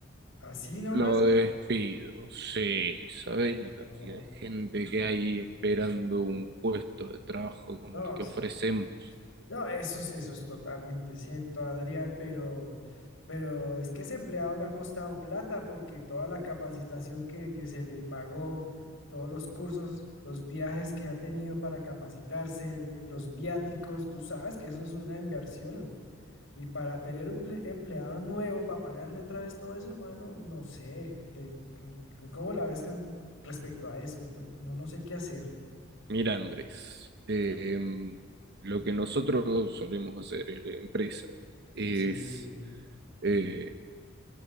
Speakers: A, on the left; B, on the right.
A: ¿Así nomás?
B: Lo despido, sí. ¿Sabes la cantidad
A: No,
B: de gente que hay esperando un puesto de trabajo como
A: no,
B: el que
A: es-
B: ofrecemos?
A: no, eso es, eso es totalmente cierto, Adrián, pero, pero es que ese empleado me ha costado plata porque toda la capacitación que, que se le pagó, todos los cursos, los viajes que ha tenido para capacitarse, los viáticos, tú sabes que eso es una inversión. Y para tener un ple- empleado nuevo, para pagarle otra vez todo eso, hermano, no sé, que- que- que- ¿cómo la ves con respecto a eso? No, no, no sé qué hacer.
B: Mira, Andrés, eh,
A: Ah,
B: em, lo que nosotros solemos hacer en la empresa es...
A: Sí,
B: eh,